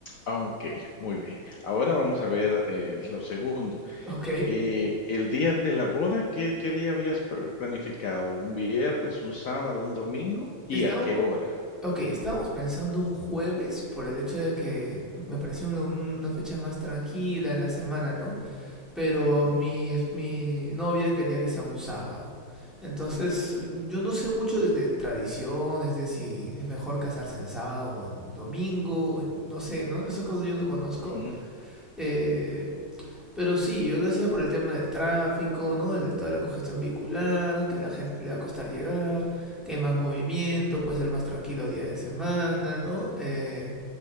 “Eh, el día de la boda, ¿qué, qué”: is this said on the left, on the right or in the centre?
Left